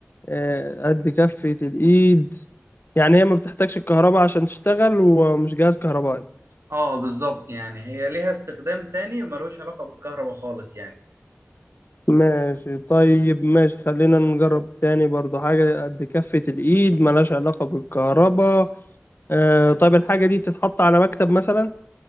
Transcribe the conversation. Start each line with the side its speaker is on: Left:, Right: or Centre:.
Left: آه، قد كفة الإيد يعني هي ما بتحتاجش الكهرباء عشان تشتغل ومش جهاز كهربائي
Right: اه بالظبط يعني هي ليها استخدام تاني ملوش علاقة بالكهرباء خالص يعني
Left: ماشي طيب ماشي خلينا نجرب تاني برضو حاجة قد كفة الإيد ملهاش علاقة بالكهرباء آه طيب الحاجة دي بتتحط على مكتب مثلا